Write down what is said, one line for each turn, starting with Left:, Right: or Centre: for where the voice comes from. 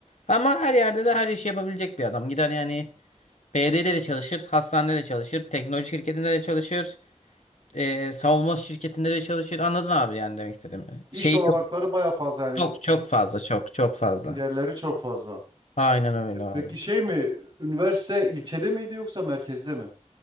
Left: Ama her yerde de her işi yapabilecek bir adam. Gider yani BD'de de çalışır, hastanede de çalışır, teknoloji şirketinde de çalışır, ee, savunma şirketinde de çalışır. Anladın abi yani demek istediğimi.
Right: iş
Left: Şeyi
Right: olanakları
Left: çok
Right: baya fazla yani
Left: çok çok fazla, çok çok fazla.
Right: yerleri çok fazla.
Left: Aynen öyle abi.
Right: Peki şey mi üniversite ilçede miydi yoksa merkezde mi?